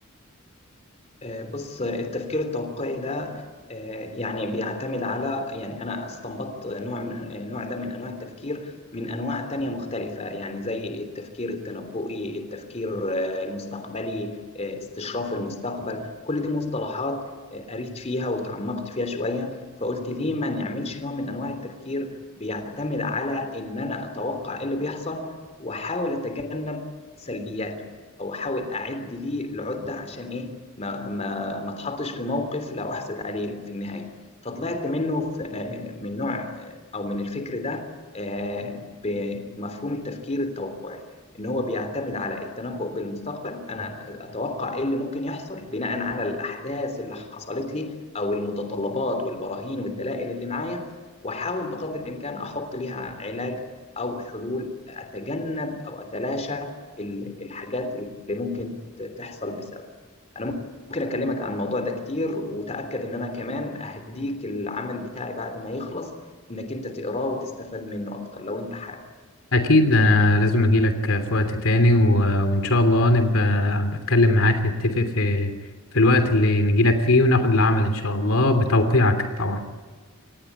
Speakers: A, on the left (about 30°); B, on the left (about 75°).
A: آه، بص التفكير التوقعي ده آه، يعني بيعتمد على يعني أنا استنبطت نوع من النوع ده من أنواع التفكير من أنواع تانية مختلفة يعني زي التفكير التنبؤي التفكير آه، المستقبلي آه، استشراف المستقبل كل دي مصطلحات آه، قريت فيها وتعمقت فيها شوية فقلت ليه ما نعملش نوع من أنواع التفكير بيعتمد على إن أنا أتوقع إيه اللي بيحصل وأحاول أتجنب سلبياته او احاول اعد ليه العده عشان ايه ما ما ما اتحطش في موقف لا احسد عليه في النهايه فطلعت منه في من نوع او من الفكر ده آه، بمفهوم التفكير التوقعي ان هو بيعتمد على التنبؤ بالمستقبل انا اتوقع ايه اللي ممكن يحصل بناء على الاحداث اللي حصلت لي او المتطلبات والبراهين والدلائل اللي معايا واحاول بقدر الامكان احط ليها علاج او حلول اتجنب او اتلاشى ال- الحاجات اللي ممكن ت- تحصل بسبب انا ممكن اكلمك عن الموضوع ده كتير وتاكد ان انا كمان اهديك العمل بتاعي بعد ما يخلص انك انت تقراه وتستفاد منه اكتر لو انت حابب
B: أكيد أنا لازم أجيلك في وقت تاني و... وإن شاء الله نبقى بتكلم معاك نتفق في في الوقت اللي نجيلك فيه وناخد العمل إن شاء الله بتوقيعك طبعا